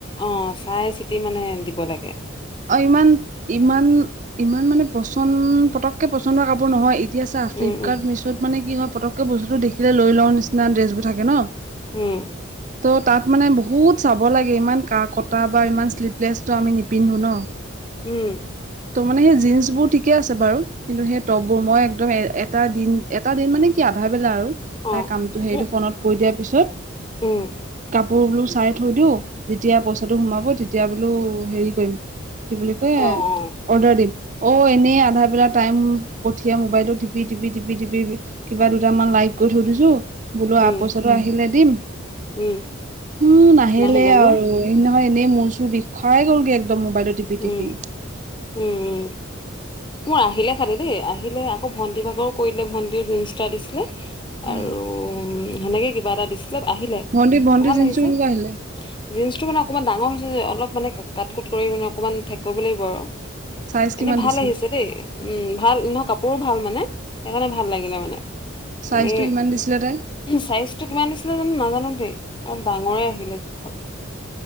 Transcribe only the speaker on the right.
অ ইমান ইমান ইমান মানে পচন্দ পটককে পচন্দ হোৱা কাপোৰ নহয়। ই এতিয়া চা
ফ্লিপকাৰ্ট
মিছত মানে কি হয় পটককে বস্তুটো দেখিলে লৈ লওঁ নিচিনা ড্ৰেছবোৰ থাকে ন।
ত' তাত মানে বহুত চাব লাগে। ইমান কা কটা বা ইমান শ্লিভলেছটো আমি নিপিন্ধো ন। অ।
ত' মানে সেই জিন্চ বোৰ ঠিকে আছে বাৰু, কিন্তু সেই টপবোৰ মই একদম এটা দিন এটা দিন মানে কি আধা বেলা আৰু
তাইৰ কামটো হেৰিটো
ফনত কৰি দিয়াৰ পিছত
কাপোৰ বোলো চাই থৈ দিওঁ। যেতিয়া পইচাটো সোমাব তেতিয়া বোলো হেৰি কৰিম। কি বুলি কয়
অৰ্ডাৰ দিম, অ' এনেই আধা বেলা টাইম পঠিয়াই মোবাইলটো টিপি টিপি টিপি টিপি কিবা দুটামান লাইক কৰি থৈ দিছো, বোলো
আ পইচাটো আহিলে দিম।
উ, নাহিলেই
আৰু সেইদিনাখন এনেই মোৰ-চোৰ বিষাই গ'লগে একদম মোবাইলত টিপি টিপি
উম
ভণ্টি ভণ্টি
জিন্সটো
কেনেকুৱা আহিলে
চাইজ কিমান
দিছিলে
চাইজটো
কিমান দিছিলে তাই